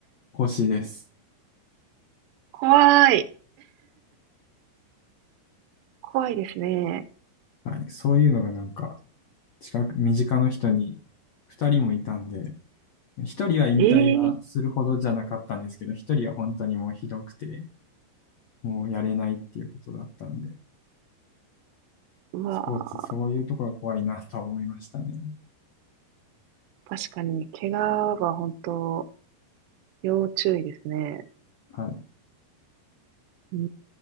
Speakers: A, on the left; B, on the right.
A: 腰です。
B: 怖い。怖いですね。
A: はい。そういうのがなんか、近く、身近の人に2人もいたんで、1人は引退はするほどじゃなかったんですけど、
B: ええー
A: 1人は本当にもうひどくて、もうやれないっていうことだったんで、
B: うわ
A: スポーツ、そういうところは怖いなとは思いましたね。
B: ー、確かに、怪我は本当、要注意ですね。
A: はい。
B: うー